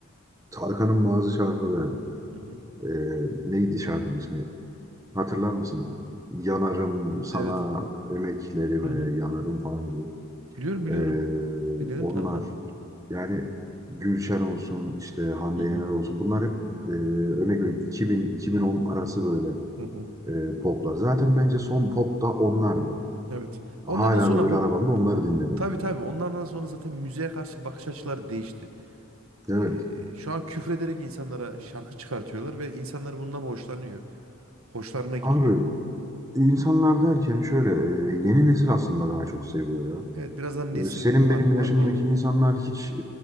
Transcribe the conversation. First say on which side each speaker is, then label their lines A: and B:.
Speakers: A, on the right; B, on the right.
A: Tarkan'ın bazı şarkıları
B: Hı hı.
A: e, neydi şarkının ismi? Hatırlar mısın? Yanarım sana
B: Evet.
A: emeklerime
B: Hı hı.
A: yanarım falan gibi.
B: Biliyorum biliyorum.
A: E,
B: Dinledim
A: onlar
B: Tarkan'ı.
A: yani Gülşen olsun işte Hande
B: Hı hı.
A: Yener olsun bunlar hep e, örnek veriyorum 2000-2010 arası böyle
B: Hı hı.
A: e, poplar. Zaten bence son pop da onlardı.
B: Evet. Onlardan
A: Hala
B: sonra
A: da böyle
B: bu
A: arabamda onları dinlerim.
B: tabii tabii onlardan sonra zaten müziğe karşı bakış açıları değişti.
A: Evet.
B: Ee, şu an küfrederek insanlara şarkı çıkartıyorlar ve insanlar bundan hoşlanıyor. Hoşlarına gidiyor.
A: Abi insanlar derken şöyle e, yeni nesil aslında daha çok seviyor ya.
B: Evet birazdan
A: Böyle
B: nesil
A: senin
B: farkı
A: benim yaşımdaki
B: var doğru.
A: insanlar hiç e,